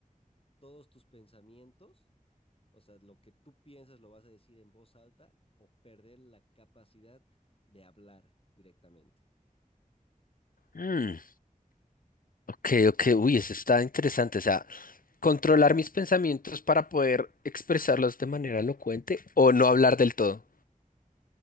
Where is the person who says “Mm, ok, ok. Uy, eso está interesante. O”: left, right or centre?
Left